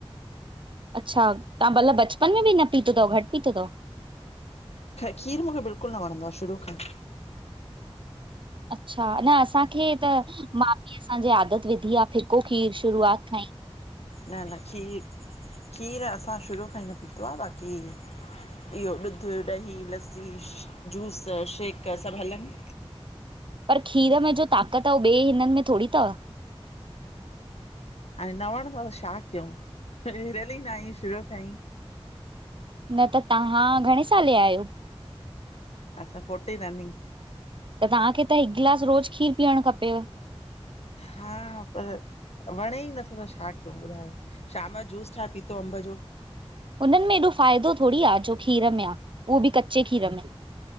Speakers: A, on the right; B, on the left.
A: अच्छा तां बला बचपन में भी न पीतो तव, घटि पीतो तव?
B: खीर मूखे बिल्कुल न वणंदो आ, शुरू खां ही।
A: अच्छा न असांखे त माउ- पीउ असां जी आदत विधी आ फिको खीर, शुरुआत खां ईं।
B: न-न, खीर- खीर असां शुरू खां ई न पीतो आ, बाकी इहो ॾुध, दही, लस्सी, जूस, शेक सभु हलनि।
A: पर खीर में जो ताक़त आ, उह ॿे हिननि में थोड़ी तव?
B: हाणे न वणंदो त छा कयऊं, हिरयलु न आई शुरूअ खां ही।
A: न त तव्हां घणे साले ॼा आहियों?
B: असां फ़ोटी रनिंग।
A: त तव्हांखे खे त हिकु ग्लास रोज़ खीरु पिअण खपेव।
B: हा पर वणे ई नथो त शा कयऊं बुधायो, शाम जो जूस ठाहे पीतो अम्बु जो।
A: उननि में एॾो फायदों थोड़ी आ, जो खीर में आ, उहो भी कच्चे खीर में।